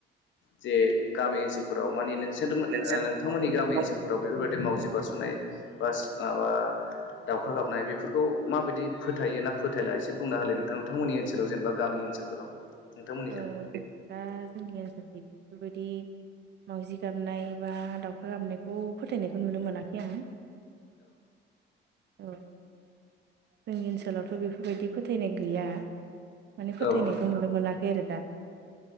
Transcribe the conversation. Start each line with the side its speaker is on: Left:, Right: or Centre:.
Left: जे गामि ओनसोलफोराव माने नोंसोरमो
Right: नोंसोर
Left: ओ नोंथांमोननि गामि
Right: नोंथां
Left: ओनसोलफोराव बेफोरबायदि मावजि बारस'नाय बास माबा दाउखा गाबनाय बेफोरखौ माबायदि फोथायो ना फोथायला एसे बुंना होलाय नोंथां नोंथांमोननि ओनसोलाव जेनबा गामि ओनसोलफोराव नोंथांमोननिजों
Right: ओ <unintelligible> दा जोंनि ओनसोल बेफोरबायदि माउजि गाबनाय बा दाउखा गाबनायखौ फोथायनायखौ नुनो मोनाखै आं औ जोंनि ओनसोलावथ' बेफोरबायदि फोथायनाय गैया माने फोथायनायखौ
Left: औ नोंथां
Right: नुनो मोनाखै आरो दा